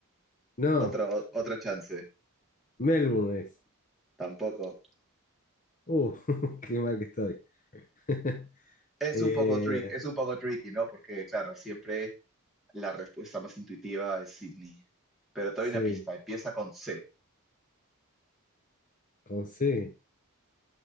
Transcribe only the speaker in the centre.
otro, otra chance,
tampoco.
Es
un poco trick, es un poco tricky, ¿no? Porque, claro, siempre la respuesta más intuitiva es Sydney. Pero te
doy una pista, empieza con C.